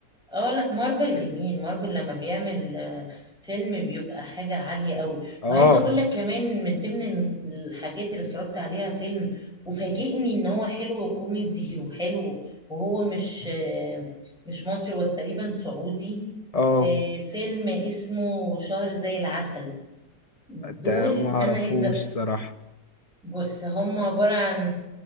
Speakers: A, in the centre; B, on the left.
A: اه لا مارفل جميل مارفل لما بيعمل آه، فيلم بيبقى حاجة عالية قوي
B: اه
A: وعايزة اقول لك كمان من ضمن الم- الحاجات اللي اتفرجت عليها فيلم وفاجئني ان هو حلو وكوميدي <laughs> وحلو وهو مش آه، مش مصري هو تقريبا سعودي
B: اه
A: آه، فيلم اسمه شهر زي العسل دول
B: ده ما اعرفوش
A: انا عايزة
B: صراحة
A: بص هم عبارة عن